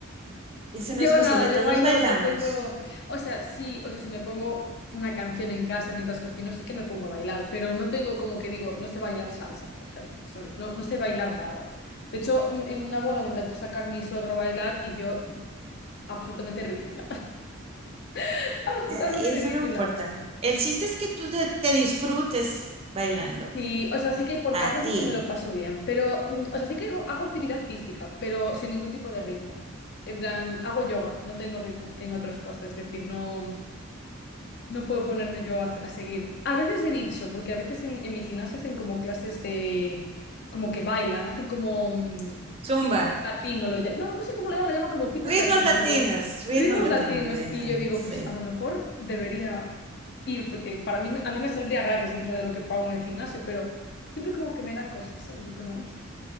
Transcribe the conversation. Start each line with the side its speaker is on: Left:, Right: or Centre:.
Right: Y Eso
Left: Yo
Right: no es posible,
Left: nada,
Right: todos
Left: yo bailo,
Right: bailamos.
Left: yo tengo, o sea, sí, o sea, si me pongo una canción en casa mientras cocino, sí que me pongo a bailar, pero no tengo como que digo, no sé bailar salsa, por ejemplo, ¿sabes? No, no sé bailar nada. De hecho, en en una boda me intentó sacar mi suegro a bailar y yo, absolutamente ridícula, <laughs> absolutamente
Right: Ay,
Left: ridícula.
Right: eso no importa. El chiste es que tú te te disfrutes bailando.
Left: Sí, o sea, sí que por casa
Right: A
Left: sí
Right: ti.
Left: que me lo paso bien, pero, mm, o sea, sí que hago, hago actividad física, pero sin ningún tipo de ritmo. En plan, hago yoga, no tengo ritmo en otras cosas, es decir, no... No puedo ponerme yo a, a seguir. A veces he dicho, porque a veces en, en mi gimnasio hacen como clases de, como que bailan, hacen como mm,
Right: Zumba.
Left: fitness latino, lo, lla- no, no sé cómo le llaman, le llaman como fitness
Right: Ritmos
Left: latino
Right: latinos,
Left: y como
Right: ritmos
Left: ritmos
Right: latinos
Left: latinos.
Right: lo dicen,
Left: Y yo digo,
Right: sí.
Left: pues a lo mejor debería ir, porque para mí, a mí me saldría gratis dentro de lo que pago en el gimnasio, pero siempre como que me da cosas, ¿sabes? De como, ay,